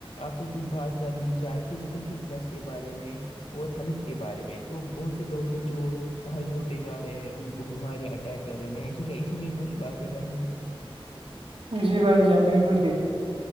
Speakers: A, on the left; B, on the right.
A: آپ سے کچھ بات کر لی جائے فزیکل فٹنس کے بارے میں اور ہیلتھ کے بارے میں تو بہت سے لوگ ہیں جو گل ہوتے جا رہے ان کو بیماریاں اٹیک کر رہے میں نے سوچا اسی پہ کچھ باتیں کر لے
B: جی بھائی جی بالکل ٹھیک